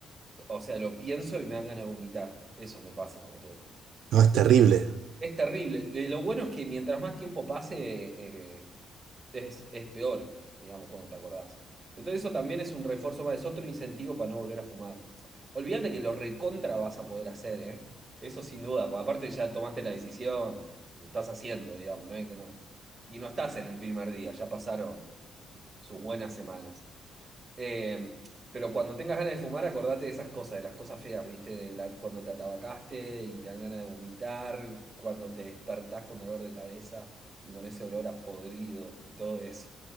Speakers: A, on the right; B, on the right.
A: O sea, lo pienso y me dan ganas de vomitar. Eso me pasa, boludo.
B: No, es terrible.
A: Y es terrible. Le- Lo bueno es que mientras más tiempo pase, eh, es, es peor, digamos, cuando te acordás. Entonces eso también es un refuerzo más, es otro incentivo para no volver a fumar. Olvídate que lo recontra vas a poder hacer, ¿eh? Eso sin duda, porque aparte ya tomaste la decisión, lo estás haciendo, digamos, no es que no. Y no estás en el primer día, ya pasaron. sus buenas semanas. Eh, pero cuando tengas ganas de fumar, acordate de esas cosas, de las cosas feas, ¿viste? De la- cuando te atabacaste y te dan ganas de vomitar, cuando te despertás con dolor de cabeza y con ese olor a podrido y todo eso.